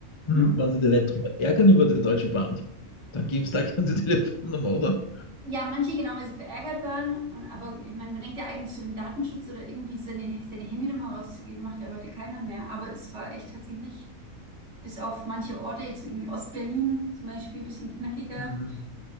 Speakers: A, on the left; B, on the right.
A: hm,
B: Hm?
A: wenn Sie die Leute drüber ärgern über die Deutsche Bahn, dann geben Sie da keine <laughs> Telefonnummer, oder?
B: Ja, manche genau, weil sie verärgert waren. Und, aber ich meine, man denkt ja eigentlich so wegen Datenschutz oder irgendwie seine, seine Handynummer rauszugeben, macht ja heute keiner mehr. Aber es war echt tatsächlich, bis auf manche Orte, jetzt so irgendwie Ostberlin zum Beispiel, ein bisschen knackiger.
A: Mhm.